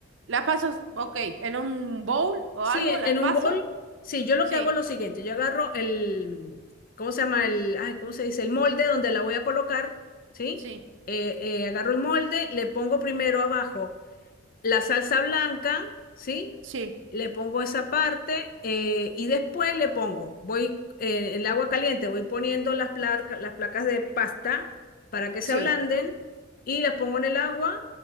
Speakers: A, on the right (about 65°); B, on the left (about 45°).
A: Las paso, ok, en un bowl o
B: Sí,
A: algo,
B: en
A: las paso.
B: un bol, sí, yo lo
A: Sí,
B: que hago es lo siguiente, yo agarro el, ¿cómo se llama? El, ay, ¿cómo se dice? El molde donde la voy a colocar, ¿sí?
A: sí,
B: Eh, eh, agarro el molde, le pongo primero abajo. la salsa blanca, ¿sí?
A: sí,
B: Le pongo esa parte eh, y después le pongo, voy, eh, el agua caliente, voy poniendo las placas, las placas de pasta para que
A: sí,
B: se ablanden y las pongo en el agua